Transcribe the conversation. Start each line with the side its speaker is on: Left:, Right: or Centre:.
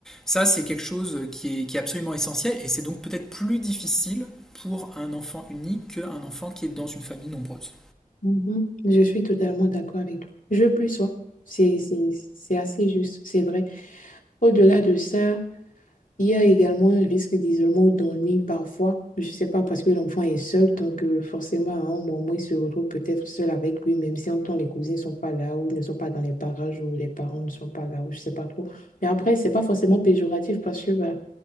Centre: ça, c'est quelque chose qui est, qui est absolument essentiel et c'est donc peut-être plus difficile pour un enfant unique qu'un enfant qui est dans une famille nombreuse.
Left: Mhm. Je suis totalement d'accord avec toi. Je plus sois. C'est, c'est, c'est assez juste, c'est vrai. Au-delà de ça, il y a également un risque d'isolement ou d'ennui parfois. Je ne sais pas, parce que l'enfant est seul, donc euh, forcément, à un moment, il se retrouve peut-être seul avec lui, même si en temps les cousins ne sont pas là, ou ils ne sont pas dans les parages, ou les parents ne sont pas là, ou je ne sais pas trop. Mais après, ce n'est pas forcément péjoratif, parce que bah,